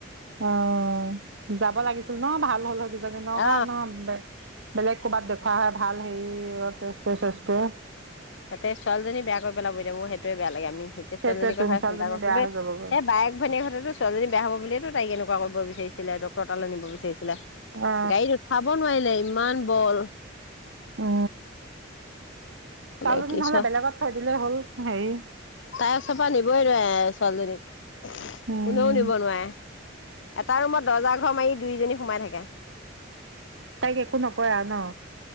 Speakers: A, on the right; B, on the left.
A: অ যাব লাগিছিল ন ভাল হল হৈ দি ন
B: অ
A: কাৰ ন আ বেলেগ ক'ৰবাত দেখুৱা হয় ভাল হেৰি তেজপুৰে চেছপুৰে
B: তাতে ছোৱালী জনি বেয়া কৰি পেলাব মোৰ সেইটোৱে বেয়া লাগে আমি সেইতিয়া
A: সেইটোৱে
B: ছোৱালীৰ
A: তোন
B: কথা
A: ছোৱালীজনী
B: চিন্তা কৰে
A: বেয়া
B: ছবে
A: হৈ
B: সেই
A: যাবগৈ
B: বায়েক ভনীয়েক হতেতো ছোৱালী জনি বেয়া হব বুলিয়েতো তাইক এনেকুৱা ক বিচাৰিচিলে ডক্তৰ তালে নিব বিচাৰিছিল
A: অ
B: গাড়ীত উঠাব নোৱাৰিলে ইমান বল
A: উ ছোৱালীজনী
B: এনেকে
A: নহ'লে
B: চ
A: বেলেগত থৈ দিলেই হ'ল হেৰি
B: তাই ওচৰ পৰা নিবই নোৱাৰে ছোৱালীজনীক এনেও
A: উম
B: নৱনুৱায় এটা ৰুমত দৰ্জা ঘৰ মাৰি দুয়োজনী সোমাই থাকে
A: তাইক একো নকৰা ন